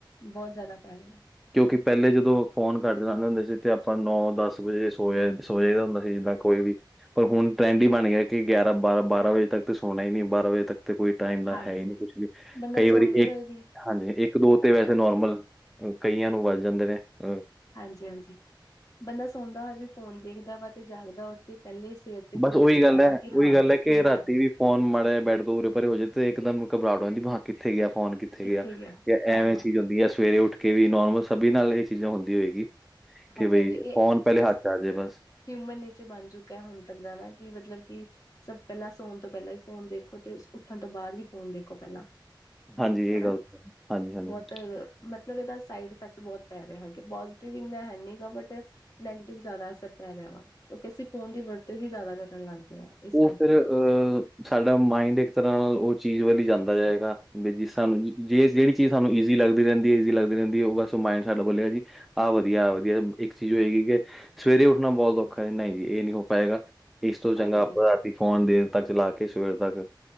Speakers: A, on the left; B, in the centre.
A: ਬਹੁਤ ਜ਼ਿਆਦਾ ਪੈਗ ਨੇ
B: ਕਿਉਂਕਿ ਪਹਿਲੇ ਜਦੋਂ ਫੋਨ ਘੱਟ ਲਉਦੇ ਹੁੰਦੇ ਸੀ ਤੇ ਆਪਾਂ ਨੌ ਦਸ ਵਜੇ ਸੋ ਜਾ ਸੋ ਜਾਦਾ ਹੁੰਦਾ ਸੀ। ਜਿੱਦਾਂ ਕੋਈ ਵੀ ਪਰ ਹੁਣ ਟਰੈਂਡ ਹੀ ਬਣ ਗਿਆ ਕਿ ਗਿਆਰਾਂ ਬਾਰਾਂ- ਬਾਰਾਂ ਵਜੇ ਤੱਕ ਤੇ ਸੋਣਾ ਹੀ ਨਹੀਂ ਬਾਰਾਂ ਵਜੇ ਤੱਕ ਤੇ ਕੋਈ ਟਾਈਮ ਦਾ
A: ਹਾਂਜੀ
B: ਹੈ ਹੀ ਨਹੀਂ ਕੁਛ ਲਈ
A: ਬੰਦਾ
B: ਕਈ
A: ਸੌਦੇ
B: ਵਾਰੀ
A: ਹੋਏ
B: ਇੱਕ
A: ਵੀ
B: ਹਾਂਜੀ ਇੱਕ ਦੋ ਤੇ ਵੈਸੇ ਤੇ ਨੋਰਮਲ ਕਈਆਂ ਨੂੰ ਵਜ ਜਾਂਦੇ ਨੇ ਅਹ
A: ਹਾਂਜੀ -ਹਾਂਜੀ ਬੰਦਾ ਸੋਨਾਦਾ ਹੋਏ ਵੀ ਫੋਨ ਦੇਖਦਾ ਵਾ ਤੇ ਜਾਗਦਾ ਉ ਤੇ ਪਹਿਲੇ ਹੀ ਸਿਰ ਤੇ
B: ਬਸ
A: ਫੋਨ
B: ਉਹੀ
A: ਦੇਖਦਾ
B: ਗੱਲ
A: ਵਾ
B: ਹੈ,
A: ਕਿ
B: ਉਹੀ
A: ਹਾਂ
B: ਗੱਲ ਹੈ,
A: ਕੀ
B: ਕਿ ਰਾਤੀ
A: ਆ
B: ਵੀ ਫੋਨ ਮਾੜਾ ਜਿਹਾ ਬੈਡ ਤੋਂ ਉੂਰੇ ਪਰੇ ਹੋ ਜਾਏ ਤੇ ਇੱਕਦਮ ਘਬਰਾਹਟ ਹੋ ਜਾਂਦੀ ਕਿੱਥੇ ਗਿਆ ਫੋਨ ਕਿ
A: ਕਿੱਥੇ
B: ਆ
A: ਗਿਆ
B: ਜਾਂ
A: ਹਾਂ
B: ਐਵੇਂ ਚੀਜ਼ ਹੁੰਦੀ ਆ ਸਵੇਰੇ ਉੱਠ ਕੇ ਵੀ ਨੋਰਮਲ ਸਭੀ ਨਾਲ ਇਹ ਚੀਜ਼ਾਂ ਹੁੰਦੀ ਹੋਏਗੀ। ਕਿ
A: ਹਾਂਜੀ
B: ਬਈ,
A: ਹਾਂਜੀ ਇਹ
B: ਫੋਨ
A: ਐਕਚੁਲੀ
B: ਪਹਿਲੇ ਹੱਥ ਚ ਆ ਜੇ ਬਸ।
A: ਹਿਊਮਨ ਨੇਚਰ ਬਣ ਚੁੱਕੈ ਹੁਣ ਤੱਕ ਦਾ ਹਨਾ ਕਿ ਮਤਲਬ ਕਿ, ਸਭ ਪਹਿਲਾਂ ਸੋਣ ਤੋਂ ਪਹਿਲਾਂ ਵੀ ਫੋਨ ਦੇਖੋ ਤੇ ਉੱਠਣ ਤੋਂ ਬਾਅਦ ਵੀ ਫੋਨ ਦੇਖੋ ਪਹਿਲਾਂ
B: ਹਾਂਜੀ ਇਹ
A: ਹਨਾ
B: ਗੱਲ, ਹਾਂਜੀ-ਹਾਂਜੀ।
A: ਬਹੁਤ ਮਤਲਬ ਇਹਦਾ ਸਾਈਡ ਇਫੈਕਟ ਬਹੁਤ ਪੈ ਰਿਹਾ ਹੈਗੇ ਪੋਜ਼ਟਿਵ ਇੰਨਾ ਹੈ ਨੀਗਾ ਬਟ ਨੈਗੇਟਿਵ ਜ਼ਿਆਦਾ ਅਸਰ ਪੈ ਰਿਹਾ ਵਾ ਕਿਉਂਕਿ ਅਸੀਂ ਫੋਨ ਦੀ ਵਰਤੋਂ ਹੀ ਜ਼ਿਆਦਾ ਕਰਨ ਲੱਗ ਗਏ ਹਾਂ। ਇਸ
B: ਉਹ
A: ਕਰਕੇ
B: ਫਿਰ ਔਹ ਸਾਡਾ ਮਾਇੰਡ ਇੱਕ ਤਰ੍ਹਾਂ ਨਾਲ ਉਹ ਚੀਜ਼ ਵਲ ਈ ਜਾਂਦਾ ਜਾਏਗਾ। ਬਈ ਜੀ ਸਾਨੁ ਜੇ ਜਿਹੜ ਚੀਜ਼ ਸਾਨੂੰ ਇਜ਼ੀ ਲੱਗ ਰਹਿੰਦੀ ਹੈ ਇਜੀ ਲੱਗਦੀ ਰਹਿ ਨਦੀ ਐ ਉਹ ਬਸ ਮਾਇੰਡ ਸਾਡਾ ਬੋਲਿਆ ਜੀ ਆਹ ਵਧੀਆ ਆ ਵਧੀਆ ਇੱਕ ਚੀਜ਼ ਹੋਏਗੀ ਕਿ ਸਵੇਰੇ ਉੱਠਣਾ ਬਹੁਤ ਔਖਾ ਹੈ ਨਹੀਂ ਜੀ ਇਹ ਨ ਹੋ ਪਾਏਗਾ ਇਸ ਤੋਂ ਚੰਗਾ
A: ਹਾਂਜੀ
B: ਆਪਾਂ ਰਾਤੀ ਫੋਨ ਦੇਰ ਤੱਕ ਚਲਾ ਕੇ ਸਵੇਰ ਤੱਕ